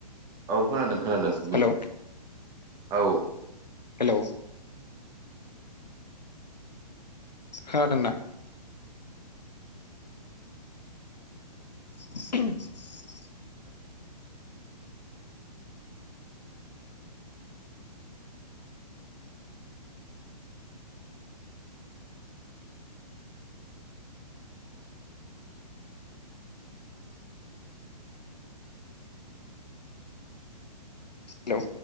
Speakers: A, on the right; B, on the left.
A: औ खोनादों। खोनादों बुं।
B: हेलौ
A: औ।
B: हेल'। खोनादोंना। <inaudible> हेलौ।